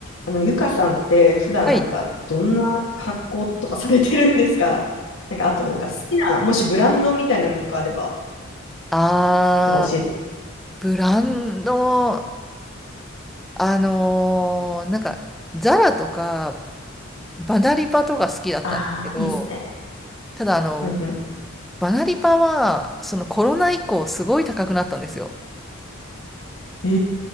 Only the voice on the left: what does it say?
あの、ゆかさんって普段なんかどんな格好とかされてるんですかなんかあとなんか好きな、
もしブランドみたいなのとかあれば、
なんか教えて。
ああ、いいですね。
うんうん。
へ